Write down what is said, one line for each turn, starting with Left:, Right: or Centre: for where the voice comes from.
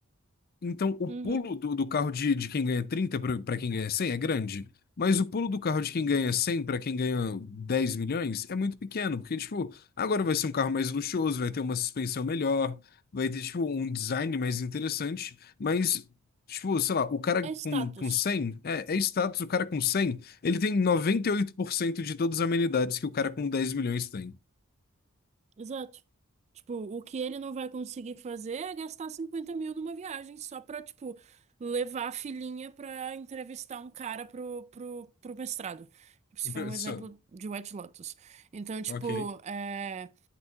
Left: Então, o
Right: Uhum.
Left: pulo do, do carro de, de quem ganha 30 para quem ganha 100 é grande, mas o pulo do carro de quem ganha 100 para quem ganha 10 milhões é muito pequeno, porque, tipo, agora vai ser um carro mais luxuoso, vai ter uma suspensão melhor, vai ter, tipo, um design mais interessante, mas, tipo, sei lá, o cara
Right: É status.
Left: com, com 100 é, é status, o cara com 100 ele tem 98% de todas as amenidades que o cara com dez milhões tem.
Right: Exato. Tipo, o que ele não vai conseguir fazer é gastar 50 mil numa viagem só pra, tipo, levar a filhinha pra entrevistar um cara pro, pro, pro mestrado. Tipo, Isso
Left: <laughs>
Right: foi um
Left: Só,
Right: exemplo de White Lotus. Então, tipo,
Left: ok.
Right: é.